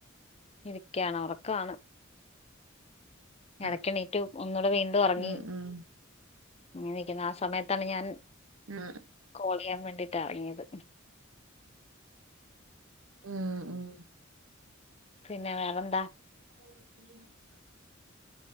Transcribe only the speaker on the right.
ആഹ്
ഉം ഉം
ആഹ്
ഉം ഉം
<inaudible>